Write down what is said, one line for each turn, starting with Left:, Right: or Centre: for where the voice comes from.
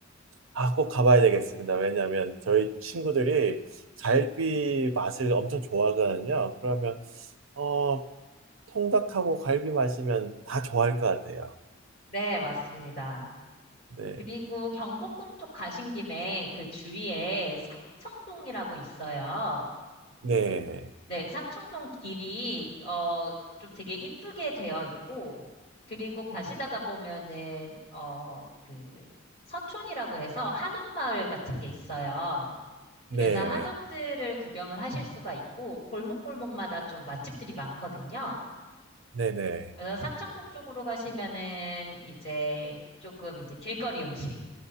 Right: 아, 꼭 가봐야 되겠습니다. 왜냐하면 저희 친구들이 갈비 맛을 엄청 좋아하거든요. 그러면 어, 통닭하고 갈비 맛이면 다 좋아할 것 같아요.
Left: 네, 맞습니다.
Right: 네,
Left: 그리고 경복궁 쪽 가신 김에 그 주위에 삼청동이라고 있어요.
Right: 네,
Left: 네, 삼청동 길이 어 좀 되게 이쁘게 되어 있고 그리고 가시다가 보면은 어 그 서촌이라고 해서 한옥마을 같은 게 있어요.
Right: 네,
Left: 그래서 한옥들을 구경을 하실 수가 있고 골목골목마다 좀 맛집들이 많거든요.
Right: 네, 네,
Left: 그래서 삼청동 쪽으로 가시면은 이제 조금 이제 길거리 음식